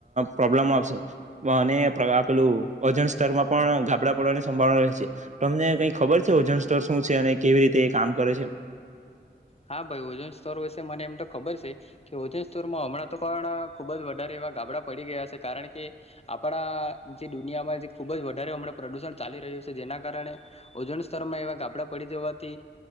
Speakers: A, on the right; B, on the left.
A: પ્રોબ્લમ આવશે અને. આપેલું વજન સ્તરમાં પણ ગાબડા પડવાની સંભાવના રહે છે તમને કઈ ખબર છે ઓજન સ્તર શું છે અને કેવી રીતે કામ કરે છે.
B: હા ભાઈ ઓજન સ્તર વિશેે મને એમ તો ખબર છે કે ઓજન સ્તરમાં હમણાં તો પણ ખૂબ જ વધારે એવા ગાબડા પડી ગયા છે કારણ કે આપણા જે દુનિયામાં જે ખૂબ જ વધારે હમણાં પ્રદુષણ ચાલી રહ્યું છે જેના કારણે ઓજન સ્તરમાં એવા ગાબડા પડી જવાથી